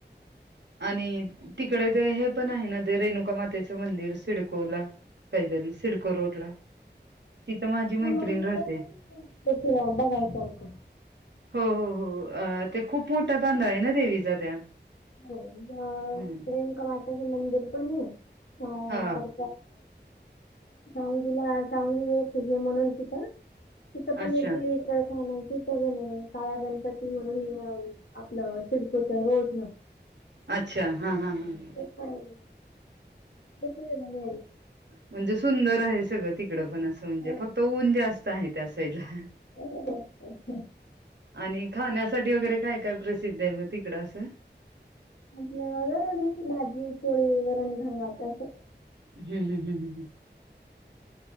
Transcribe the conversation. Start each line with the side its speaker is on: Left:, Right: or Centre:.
Right: आणि तिकडे ते हे पण आहे ना ते रेणुका मातेचं मंदिर सिडकोला काहीतरी सिडको रोडला तिथं माझी मैत्रीण
Left: मड
Right: राहते.
Left: तशी रा बघायसारखं
Right: हो हो हो ते खूप मोठा तांदा आहे ना देवीचा त्या
Left: हो
Right: हं.
Left: प्रियंका मातेचं मंदिर पण आहे अ
Right: हां.
Left: तर सांगीला सांगी एक हे म्हणून तिथं तिथं पण
Right: अच्छा,
Left: एक विचारतना त सग काळा गणपती म्हणून आपलं सिडकोच रोड न
Right: अच्छा हा हा हा
Left: ते पण ते पण बघायला.
Right: म्हणजे सुंदर आहे सगळं तिकड पण असं म्हणजे
Left: हो
Right: फक्त ऊन जास्त आहे त्या त्या सईला
Left: हो
Right: आणि खाण्यासाठी वगैरे काय काय प्रसिद्ध आहे मग तिकडं असं
Left: आपल्या वर भाजी पोळी वरण वातं
Right: हम् हम ह् ह ह